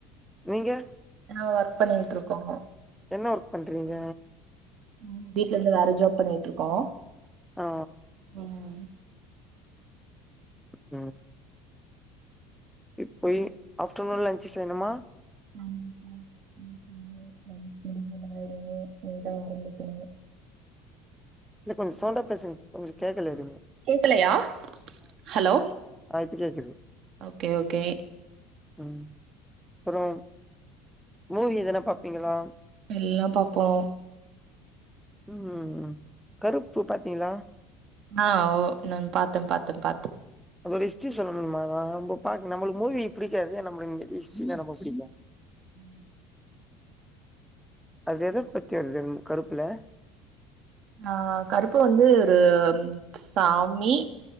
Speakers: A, in the centre; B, on the right.
A: நீங்க
B: நா ஒர்க் பண்ணிட்ருக்கோங்க
A: என்ன ஒர்க் பண்றீங்க
B: உம் வீட்ல இருந்து வேற ஜாப் பண்ணிட்ருக்கோ
A: ஆ
B: ம்
A: உம் இப்பயி ஆஃப்டர்நூன் லன்ச்சு செய்ணுமா
B: <unintelligible>
A: இல்ல கொஞ் சவுண்டா பேசுங்க கொஞ்ச கேக்கல எதுவ்மே
B: கேக்கலையா ஹலோ
A: சேரி சேரி
B: ஓகே ஓகே
A: மஉம் அப்பறம் மூவி எதன பாப்பீங்களா
B: எல்லாம் பார்ப்போம்
A: உம் உம் உம் கருப்பு பாத்தீங்களா
B: ஆஹ் ஓ நான் பாத்தேன் பாத்தேன் பாத்தேன்
A: அதோட ஹிஸ்ட்ரி சொல்ல முடியுமா நா நம்ப பாக்க நம்மளுக்கு மூவி பிடிக்காது நம்மளுக்கு ஹிஸ்ட்ரி தான் பிடிக்கும்
B: உம்
A: அது எத பத்தி வருது கருப்புல
B: ஆஹ் கருப்பு வந்து ஒரு சாமி